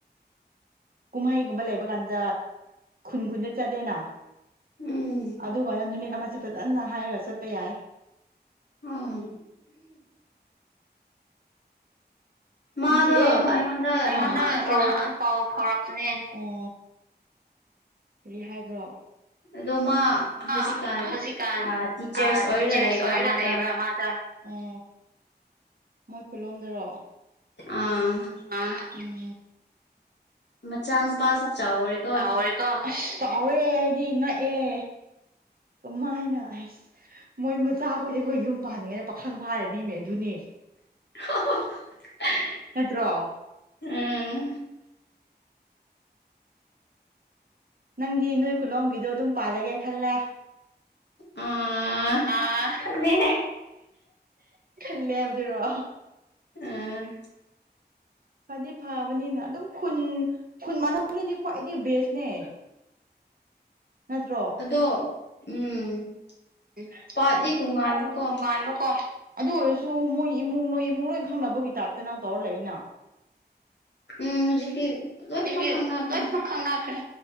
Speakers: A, on the right (about 55°); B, on the left (about 85°).
A: ꯀꯨꯝꯍꯩꯒꯨꯝꯕ ꯂꯩꯕ ꯀꯥꯟꯗ ꯈꯨꯟ ꯈꯨꯟꯗ ꯆꯠꯂꯦꯅ
B: ꯎꯝ
A: ꯑꯗꯨꯒꯅ ꯅꯨꯃꯤꯠ ꯑꯃꯁꯦ ꯐꯖꯅ ꯍꯥꯏꯔꯒ ꯆꯠꯄ ꯌꯥꯏ
B: ꯑꯥ ꯃꯥꯗꯣ
A: ꯅꯨꯡꯁꯤꯑꯦ ꯑꯃ ꯑꯩꯉꯣꯟꯗ
B: ꯉꯍꯥꯟ ꯄꯥꯎ
A: ꯉꯍꯥꯟ ꯄꯥꯎ ꯐꯥꯎꯔꯛꯄꯅꯦ ꯑꯣ ꯀꯔꯤ ꯍꯥꯏꯕ꯭ꯔꯣ
B: ꯑꯗꯣ ꯃꯥ ꯍꯧꯖꯤꯛꯀꯥꯟ
A: ꯑ ꯍꯧꯖꯤꯛꯀꯥꯟ
B: ꯑꯥ ꯇꯤꯆꯔꯁ
A: ꯑꯥ
B: ꯑꯣꯏꯔꯒ
A: ꯇꯤꯆꯔꯁ
B: ꯂꯩꯕ꯭ꯔꯥ
A: ꯑꯣꯏꯔꯒ
B: ꯃꯥꯗꯣ
A: ꯂꯩꯕ꯭ꯔꯥ ꯃꯥꯗ ꯑꯣ ꯃꯣꯏ ꯈꯨꯜꯂꯣꯝꯗꯔꯣ
B: ꯑꯥ
A: ꯑꯥ ꯎꯝ
B: ꯃꯆꯥꯅꯨꯄꯥꯁꯨ
A: <unintelligible>
B: ꯆꯥꯎꯔꯦꯀꯣ
A: ꯆꯥꯎꯔꯦꯀꯣ ꯑꯁ ꯆꯥꯎꯔꯦ ꯑꯩꯗꯤ ꯉꯛꯑꯦ ꯀꯃꯥꯏꯅ ꯑꯩꯁ ꯃꯣꯏ ꯃꯆ ꯆꯥꯈꯣꯏꯗꯤ ꯑꯩꯈꯣꯏ ꯌꯨꯝ ꯄꯥꯅꯤꯡꯉꯦꯅ ꯄꯥꯈꯪ ꯐꯥꯔꯅꯤꯃꯦ ꯑꯗꯨꯅꯦ
B: <unintelligible>
A: ꯅꯠꯇ꯭ꯔꯣ
B: ꯎꯝ
A: ꯅꯪꯗꯤ ꯅꯣꯏ ꯈꯨꯂꯣꯝꯒꯤꯗꯣ ꯑꯗꯨꯝ ꯄꯥꯜꯂꯒꯦ ꯈꯜꯂꯦ
B: ꯑꯥ
A: ꯑꯥ
B: ꯈꯜꯂꯦꯍꯦ
A: ꯈꯜꯂꯦꯕ ꯗꯨꯔꯣ
B: ꯎꯝ <inaudible>
A: ꯐꯗꯤ ꯐꯕꯅꯤꯅ ꯑꯗꯨꯝ ꯈꯨꯟ ꯈꯨꯟ ꯃꯅꯥꯎꯅꯤꯗꯤ ꯈ꯭ꯋꯥꯏꯗꯤ ꯕꯦꯁꯅꯦ ꯅꯠꯇ꯭ꯔꯣ
B: ꯑꯗꯣ ꯎꯝ
A: ꯎ
B: ꯄꯥꯠꯗꯤ ꯇꯣꯉꯥꯟꯕꯀꯣ
A: ꯍꯣꯏ ꯏ ꯇꯣꯡꯉꯥꯟꯕꯀꯣ ꯑꯗꯨ ꯑꯣꯏꯔꯁꯨ ꯃꯣꯏ ꯏꯃꯨꯡ ꯅꯣꯏ ꯏꯃꯨꯡ ꯂꯣꯏ ꯈꯪꯅꯕꯒꯤ ꯇꯥꯏꯞꯇ ꯅꯪ ꯇꯧꯔꯂꯩꯅ
B: ꯎꯝ ꯍꯧꯖꯤꯛꯇꯤ ꯂꯣꯏꯅꯃꯛ
A: ꯑꯗꯨꯗꯤ
B: ꯈꯪꯅꯈ꯭ꯔꯦ
A: ꯂꯣꯏꯃꯛ ꯈꯪꯅꯈ꯭ꯔꯦ